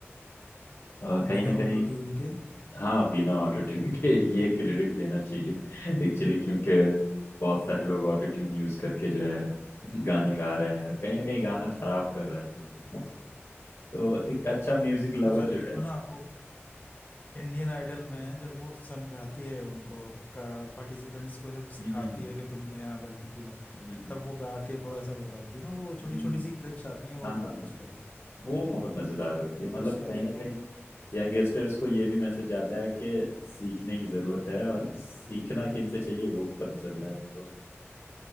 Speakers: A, on the left; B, on the left.
A: अ, कहीं
B: बिना
A: ना कहीं
B: ऑटो ट्यून के
A: हाँ बिना ऑटो
B: लिखे
A: ट्यून के ये क्रेडिट देना चाहिए एक्चुअली क्योंकि बहुत सारे लोग ऑटो ट्यून यूज करके जो है गाने गा रहे हैं कहीं ना कहीं गाना खराब कर रहे हैं बिल्कुल। तो एक अच्छा म्यूजिक लवर
B: तो जब
A: जो
B: देखो
A: है
B: ना वो इंडियन आइडल में जब वो समझाती है उनको का पार्टिसिपेंट्स को जब
A: हम्म
B: सिखाती
A: हम्म
B: है कि तुमने यहाँ गलती की वहाँ
A: हम्म,
B: तब वो गा के थोड़ा सा बताती है ना वो छोटी
A: हम्म,
B: छोटी
A: हम्म,
B: सी क्लिप्स आती हैं वो
A: हाँ
B: बहुत अच्छी
A: हाँ
B: लगती है
A: वो बहुत मजेदार होती है मतलब
B: तो उसमें
A: कहीं
B: देखो
A: ना कहीं यंगस्टर्स को ये भी मैसेज जाता है कि सीखने की जरूरत है और सीखना किन से चाहिए वो भी पता चलता है उनको